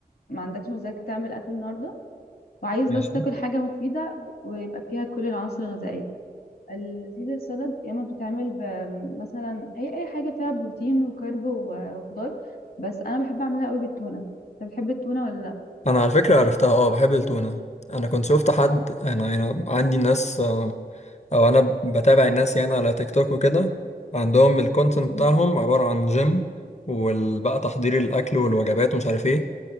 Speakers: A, on the left; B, on the left.
A: ما عندكش مزاج تعمل اكل النهاردة وعايز
B: ماشي
A: بس تاكل حاجة مفيدة ويبقى فيها كل العناصر الغذائية السيزر سالاد يا اما بتتعمل ب- مثلا اي اي حاجة فيها بروتين وكرب وخضار بس انا بحب اعملها قوي بالتونة انت بتحب التونة ولا
B: انا على فكره عرفتها اه بحب التونه انا كنت شفت حد انا انا عندي ناس آه، او انا بتابع الناس يعني على تيك توك وكده عندهم الكونتنت
A: لا
B: بتاعهم عباره عن جيم وبقى تحضير الاكل والوجبات ومش عارف ايه